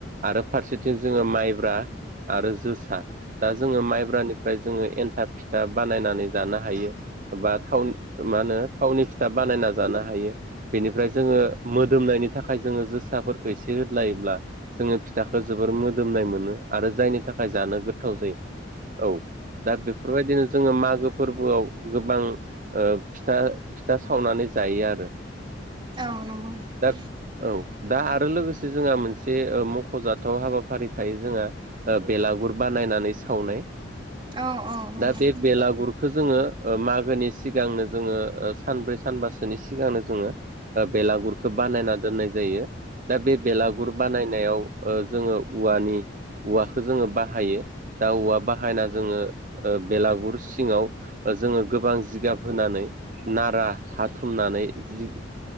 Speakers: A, on the right (about 45°); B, on the right (about 25°).
A: आरो फारसेथिं जोङो माइब्रा आरो जोसा सा जोङो माइब्रानिफ्राय जोङो एन्था फिथा बानायनानै जानो हायो । बा थाव मा होनो थावनि फिथा बानायना जानो हायो । बेनिफ्राय जोङो मोदोमनायनि बेनि थाखाय जोङो जोसाफोरखौ एसे होद्लायोब्ला जोङो फिथाखौ जोबोर मोदोमनाय मोनो । आरो जायनि थाखाय जानो गोथाव जायो औ दा बेफोरबायदिनो जोङो मागो फोरबोआव गोबां फिथा फिथा सावनानै जायो आरो।
B: औ नंगौ ।
A: दा औ दा आरो लोगोसे जोंहा मोनसे मख'जाथाव हाबाफारि थायो जोंहा बेलागुर बानाय नायनानै सावनाय ।
B: औ औ औ ।
A: बे बेलागुरखौ जोङो मागोनि सिगांनो जोङो सानब्रै सानबासोनि सिगांनो जोङो । बेलागुरखौ बानायना दोननाय जायो। दा बे बेलागुर बानायनायाव जोङो औवानि औवाखौ जोङो बाहायो । दा औवा बाहायना जोङो बेलागुर सिङाव जोङो गोबां जिगाब होनानै नारा हाथुमनानै, जि